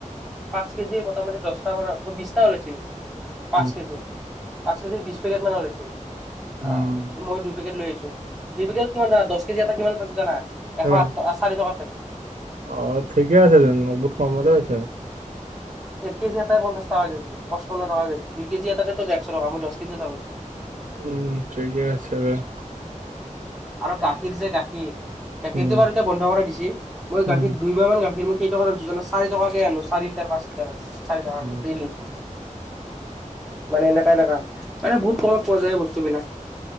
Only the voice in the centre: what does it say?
পাঁচ কেজি মোটামুটি দহটা মানে <unintelligible> বিছটা ওলাইছে <unintelligible> পাঁচ
কেজি পাঁচ কেজিৰ বিছ পেকেট মান ওলাইছিল।
অ! মই দুই পেকেট লৈ আহিছো। দুই পেকেট কিমান জানা দহ কেজি আটা কিমান <inaudible> জানা
এশ <inaudible> সাত চাৰি টকাত পাইছো।
এক কেজি আটাই পঞ্চাশ টকা কেজি পঁপন্ন টকা কেজি দুই কেজি আটাত একশ টকা মই দহ কেজি আটা পাইছো। <inaudible>
আৰু গাখীৰ যে গাখীৰ? গাখীৰটো
বাৰু এতিয়া বন্ধ কৰাই দিছে। <unintelligible> মই গাখীৰ
দুই মাহ মান গাখীৰ মই কেই টকাত আনিছো চাৰি টকাকে আনো চাৰি লিটাৰ, পাঁচ লিটাৰ। <inaudible> চাৰি টকাকে
ডেইলি। <inaudible> মানে এনেকা-এনেকা মানে বহুত কমত পোৱা যায় বস্তুবিলাক। <inaudible>